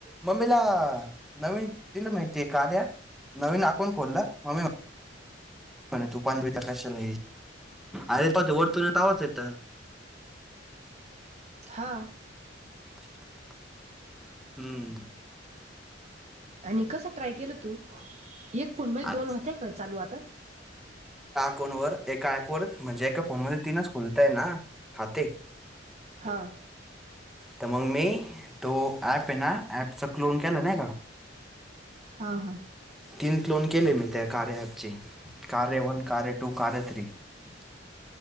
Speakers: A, in the centre; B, on the right.
A: मम्मीला, नवीन दिलं माहितीय कार्याऽऽ, नवीन अकाउंट खोलला, मम्मी, तू पान कशाला,, अरे पा वर्तळत आवाच येतऽ <inaudible>
B: हा,
A: <unintelligible> हम्म,
B: आणि कस ट्राय केलं तू? एक फोन मग
A: आ-
B: दोन होतेय का चालू आता?
A: फोन वर, एका ऍप व म्हणजे एका फोन मध्ये तीनच खुलताय ना, खाते.
B: हां,
A: तर मग मी,, तो ऍप आहे ना,, एपचा क्लोन केला नाही काऽऽ
B: हा, हा,
A: तीन क्लोन केले मी त्या कार्य ॲपचे. कार्य वन, कार्य टू, कार्य थ्री. <inaudible>